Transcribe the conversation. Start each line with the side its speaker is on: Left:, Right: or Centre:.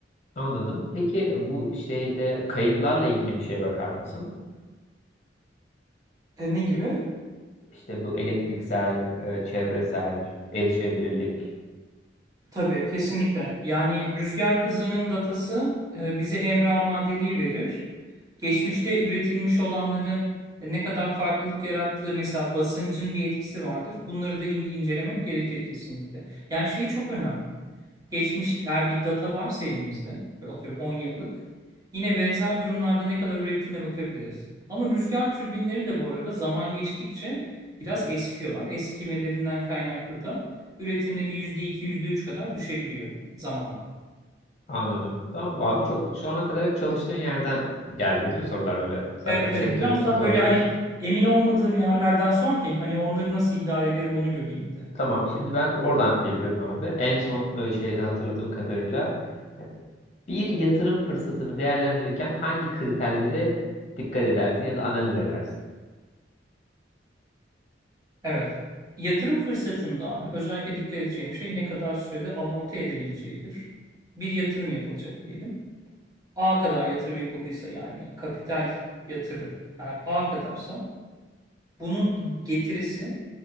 Left: Anladım. Peki bu şeyde kayıplarla ilgili bir şeye bakar mısın?
Right: E, ne gibi?
Left: İşte bu elektriksel, e, çevresel, erişebilirlik
Right: Tabii kesinlikle. Yani rüzgar hızının datası e, bize emre amadeliği verir. Geçmişte üretilmiş olanların e, ne kadar farklılık yarattığı mesela basıncın bir etkisi vardır. Bunları da in- incelemek gerekir kesinlikle. Yani şey çok önemli. Geçmiş eğer bir data varsa elimizde ve atıyorum 10 yıllık yine benzer durumlarda ne kadar ürettiğine bakabiliriz. Ama rüzgar türbinleri de bu arada zaman geçtikçe biraz eskiyorlar. Eskimelerinden kaynaklı da üretimleri yüzde iki yüzde üç kadar düşebiliyor zamanla.
Left: Anladım. Tamam abi çok şu ana kadar hep çalıştığın yerden geldi değil mi sorular böyle zaten
Right: Evet
Left: sektörün
Right: evet biraz
Left: içinde
Right: daha böyle
Left: olduğu
Right: hani
Left: için.
Right: emin olmadığım yerlerden sor ki hani onları nasıl idare ederim onu göreyim bir de.
Left: Tamam şimdi ben oradan geliyorum abi. En son e, şeyde hatırladığım kadarıyla e, bir yatırım fırsatını değerlendirirken hangi kriterlere dikkat edersin ya da analiz edersin?
Right: Evet. Yatırım fırsatında abi özellikle dikkat edeceğim şey ne kadar sürede amorti edebileceğidir. Bir yatırım yapılacak diyelim. A kadar yatırım yapıldıysa yani kapital yatırım eğer A kadarsa bunun getirisi